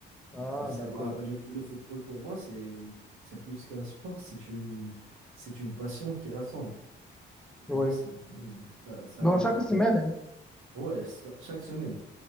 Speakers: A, in the centre; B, on the right.
A: Ah,
B: Euh, c'est-
A: d'accord.
B: ouais, Le, le football pour moi, c'est, c'est plus qu'un sport, c'est une, c'est une passion qui rassemble.
A: Oui.
B: En vrai, ça, ça, ça
A: Donc,
B: m'aide.
A: chaque semaine, hein,
B: Ouais, ça- chaque semaine.